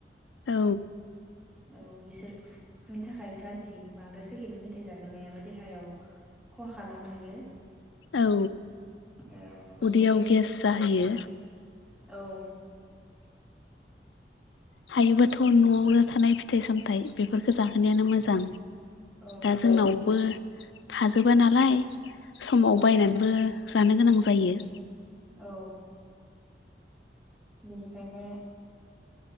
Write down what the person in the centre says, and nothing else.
औ बिसोरनि थाखाय गारजि बांद्राय फेखेरनि मेथाइ जाहोनायाबो देहायाव। खहा खालामहैयो।
औ बेनिखायनो
जेसे
हायो औ।
औ
औ
औ
औ बेनिखायनो।